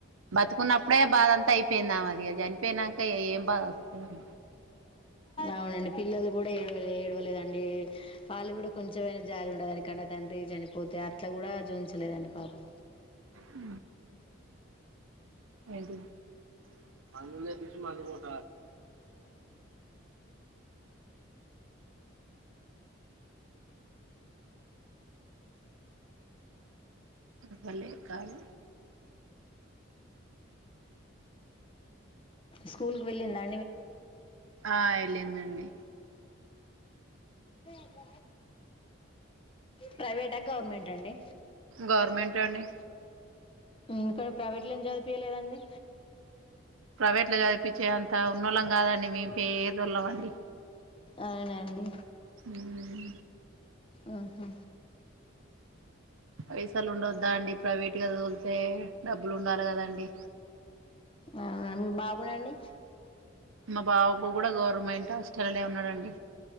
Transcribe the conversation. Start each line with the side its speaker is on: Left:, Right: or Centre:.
Right: బతుకున్నప్పుడే బాధ అంతా అయిపోయింది ఆమెది అది చనిపోయినాక ఏం బాధ వస్తుంది
Left: అవునండి పిల్లలు కూడా ఏడవ ఏడవలేదండి వాళ్ళు కూడా కొంచెంమనా జాలి ఉండదని కానీ తండ్రి చనిపోతే అట్లా కూడా జూయించలేదండి పాపం
Right: ఉ ఏంటి <unintelligible> అవ్వలే కాదు
Left: స్కూల్ కి వెళ్ళిందా
Right: ఆ వెళ్లిందండి అండి
Left: హ ప్రైవేట్ ఆ గవర్నమెంట్ అండి
Right: గవర్నమెంట్ అండి
Left: ఇంకా ప్రైవేట్‌లో ఎం చదివిపియ్యలేదండి
Right: ప్రైవేట్ లో చ చప్పించే అంత ఉన్నోళ్ళం కాదండి మేము పే దోళ్లం అండి
Left: అవునండి
Right: ఊహూ
Left: ఊహూ
Right: పైసలు ఉండద్దా అండి ప్రైవేట్ గట్టిగా తోలితే డబ్బులు ఉండాలి కదండి
Left: అవునా మీ బాబునండి
Right: మా బాబ్ ఇప్పుడు కూడా గవర్నమెంట్ హస్టల్ల్లో ఉన్నాడండి